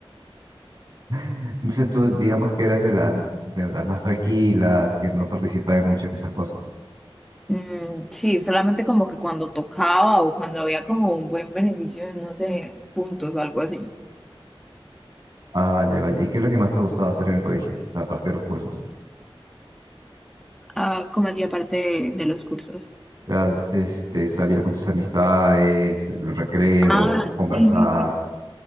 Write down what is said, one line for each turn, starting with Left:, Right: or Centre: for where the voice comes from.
Right: <laughs> Entonces tú, digamos que eras de la, de las más tranquilas, que no participabas mucho en estas cosas.
Centre: <laughs> mm, sí, solamente como que cuando tocaba o cuando había como un buen beneficio, no sé, puntos o algo así.
Right: Ah, vale, vale. ¿Y qué es lo que más te gustaba hacer en el colegio? O sea, aparte de los cursos.
Centre: Ah, como hacía parte de de los cursos?
Right: O sea, este, salir con tus amistades, el recreo,
Centre: Ah,
Right: conversar.
Centre: sí, sí, sí.